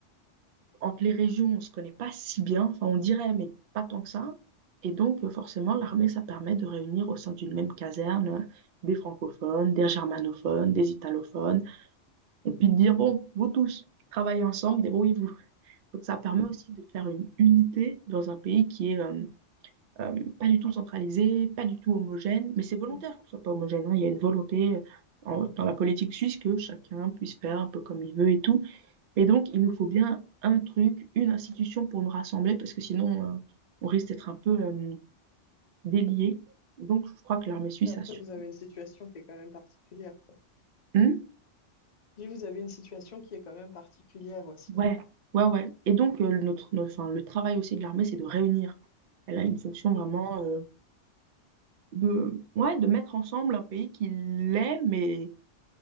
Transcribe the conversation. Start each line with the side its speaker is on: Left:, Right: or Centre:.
Right: Entre les régions, on ne se connaît pas si bien. Enfin, on dirait, mais pas tant que ça. Et donc, euh, forcément, l'armée, ça permet de réunir au sein d'une même caserne euh, des francophones, des germanophones, des italophones et puis de dire, bon, vous tous, travaillez ensemble, débrouillez-vous. Donc ça permet aussi de faire une unité dans un pays qui est euh, euh, pas du tout centralisé, pas du tout homogène, mais c'est volontaire
Left: Mhm.
Right: qu'on soit pas homogène, hein. Il y a une volonté euh, en- dans la politique suisse que chacun puisse faire un peu comme il veut et tout. Et donc il nous faut bien un truc, une institution pour nous rassembler, parce que sinon euh, on risque d'être un peu euh, déliés. Donc je crois que l'armée suisse
Left: Après,
Right: a su.
Left: vous avez une situation qui est quand même particulière.
Right: Hmm
Left: Puis vous avez une situation qui est quand même particulière aussi.
Right: Ouais, ouais, ouais. Et donc, euh, notre, notre- enfin, le travail aussi de l'armée, c'est de réunir. Elle a une fonction vraiment
Left: Mhm.
Right: euh, de, ouais, de mettre ensemble un pays qui l'est, mais